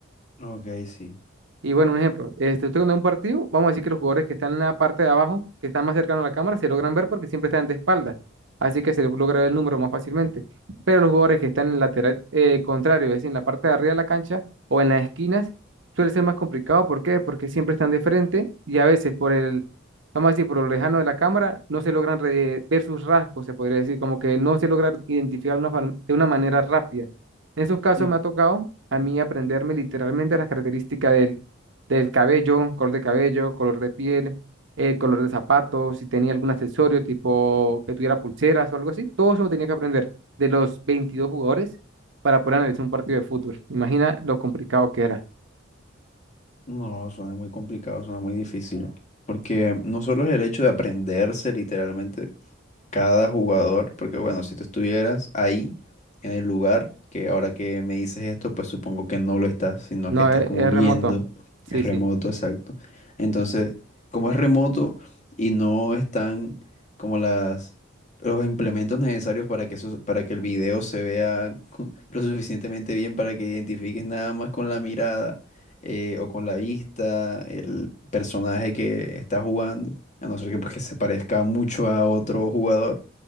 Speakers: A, on the left (about 35°); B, on the right (about 65°).
A: ok, sí.
B: Y bueno, un ejemplo, este, usted cuando ve un partido, vamos a decir que los jugadores que están en la parte de abajo, que están más cercanos a la cámara, se logran ver porque siempre están de espalda. Así que se logra ver el número más fácilmente. Pero los jugadores que están en el lateral eh, contrario, es decir, en la parte de arriba de la cancha o en las esquinas, suele ser más complicado. ¿Por qué? Porque siempre están de frente y a veces por el, vamos a decir, por lo lejano de la cámara, no se logran re- ver sus rasgos, se podría decir, como que no se logra identificar una fam- de una manera rápida. En esos casos
A: No,
B: me ha tocado a mí aprenderme literalmente las características del del cabello, color de cabello, color de piel, eh, color de zapatos, si tenía algún accesorio tipo que tuviera pulseras o algo así. Todo eso lo tenía que aprender de los 22 jugadores para poder analizar un partido de fútbol. Imagina lo complicado que era.
A: no, suena muy complicado, suena muy difícil. Porque no solo es el hecho de aprenderse literalmente, cada jugador, porque bueno, si tú estuvieras ahí en el lugar, que ahora que me dices esto, pues supongo que no lo estás, sino
B: No,
A: que estás
B: es,
A: como
B: es
A: viendo,
B: remoto. Sí,
A: es remoto,
B: sí.
A: exacto. Entonces, como es remoto y no están como las los implementos necesarios para que eso, para que el video se vea <laughs> lo suficientemente bien para que identifiques nada más con la mirada eh, o con la vista, el personaje que está jugando, a no ser que, pues, que se parezca mucho a otro jugador,